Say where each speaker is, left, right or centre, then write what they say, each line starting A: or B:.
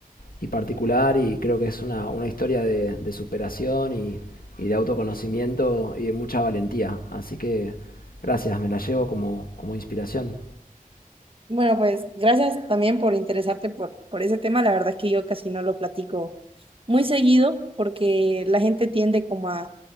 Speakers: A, on the left; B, on the right.
A: y particular y creo que es una, una historia de, de superación y, y de autoconocimiento y de mucha valentía. Así que gracias, me la llevo como, como inspiración.
B: Bueno, pues gracias también por interesarte por, por ese tema. La verdad es que yo casi no lo platico muy seguido porque la gente tiende como a,